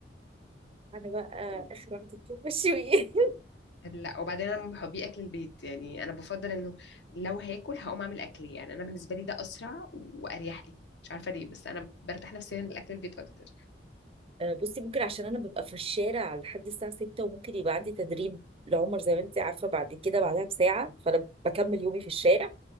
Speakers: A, on the right; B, on the left.
A: انا بقى
B: و-
A: اخر واحده بتوع مشويات <laughs>
B: لا وبعدين انا من محبي اكل البيت يعني انا بفضل انه لو هاكل هقوم اعمل اكلي يعني انا بالنسبه لي ده اسرع واريح لي مش عارفه ليه بس انا برتاح نفسيا لاكل البيت اكتر
A: آه، بصي ممكن عشان انا ببقى في الشارع لحد الساعه 6 وممكن يبقى عندي تدريب لعمر زي ما انت عارفه بعد كده بعدها بساعه فانا بكمل يومي في الشارع